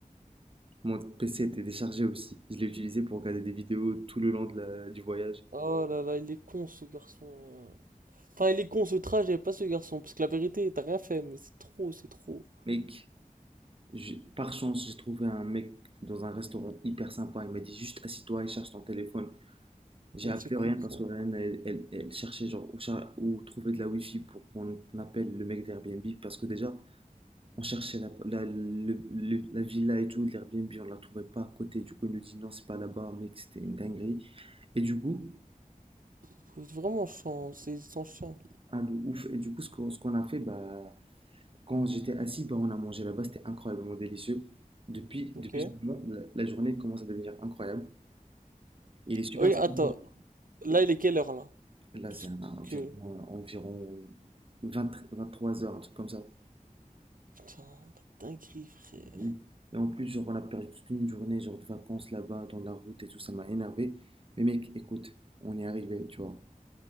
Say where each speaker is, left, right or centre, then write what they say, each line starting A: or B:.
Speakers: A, on the right (about 40°); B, on the right (about 75°).
A: Mon PC était déchargé aussi. Je l'ai utilisé pour regarder des vidéos tout le long de la- du voyage.
B: Oh là là, il est con ce garçon. Enfin, il est con ce trajet, pas ce garçon, parce que la vérité, t'as rien fait, mais c'est trop, c'est trop.
A: Mec, j'ai- par chance, j'ai trouvé un mec dans un restaurant hyper sympa. Il m'a dit juste assis-toi et cherche ton téléphone. J'ai
B: Donc,
A: appelé
B: C'est cool
A: rien parce
B: ça.
A: que Ryan, elle, elle- elle cherchait genre où, cher où trouver de la wifi pour qu'on appelle le mec d'Airbnb parce que déjà, on cherchait la, la- le- le- la villa et tout, de l'Airbnb, on la trouvait pas à côté. Du coup, il nous dit non, c'est pas là-bas, mec, c'était une dinguerie. Et du coup,
B: Faut vraiment chiant, c'est sans chiant.
A: un de ouf. Et du coup, ce qu'on ce qu'on a fait, bah, Quand j'étais assis, bah, on a mangé là-bas, c'était incroyablement délicieux. Depuis,
B: Ok.
A: depuis ce moment, la, la journée commence à devenir incroyable. Il est super
B: Oui,
A: sympa
B: attends, là il est quelle heure là?
A: Là,
B: Parce
A: c'est un- environ,
B: que.
A: environ 20 23 heures, un truc comme ça.
B: Putain, la dinguerie frère.
A: Oui. Et en plus, genre, on a perdu toute une journée, genre, de vacances là-bas, dans la route et tout, ça m'a énervé. Mais mec, écoute, on est arrivé, tu vois.